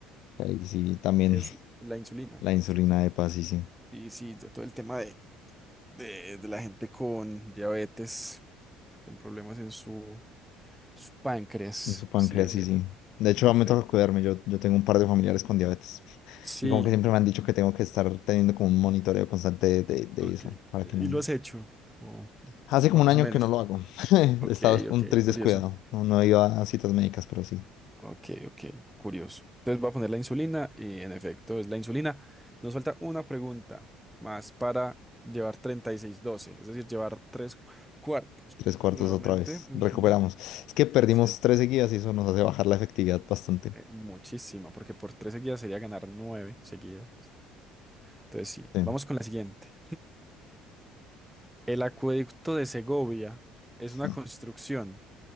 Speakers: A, on the left (about 65°); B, in the centre.
A: ahí sí también
B: Es la insulina,
A: La insulina
B: ¿cierto?
A: de paz, sí, sí.
B: Y sí, de todo el tema de, de- de la gente con diabetes, con problemas en su, su páncreas.
A: En su páncreas,
B: Sí, ese,
A: sí, sí. De hecho,
B: en efecto.
A: me toca cuidarme. Yo, yo tengo un par de familiares con diabetes.
B: Sí,
A: Y como que siempre
B: bueno,
A: me han dicho que tengo que estar teniendo como un monitoreo constante de, de- de
B: ok.
A: eso, para
B: ¿Y
A: que no...
B: lo has hecho? O
A: Hace
B: más
A: como un año
B: o menos.
A: que no lo hago. <laughs> He
B: Ok,
A: estado
B: ok,
A: un tris
B: curioso.
A: descuidado. No, no iba a citas médicas, pero sí.
B: Ok, ok, curioso. Entonces voy a poner la insulina y en efecto es la insulina. Nos falta una pregunta más para llevar treinta y seis doce, es decir, llevar tres cuartos.
A: Tres cuartos
B: Nuevamente,
A: otra vez.
B: ujú,
A: Recuperamos. Es que perdimos
B: sí,
A: tres seguidas y eso nos hace bajar la efectividad bastante.
B: eh, muchísima, porque por tres seguidas sería ganar nueve seguidas. Entonces sí,
A: Sí.
B: vamos con la siguiente. El acueducto de Segovia es una
A: No.
B: construcción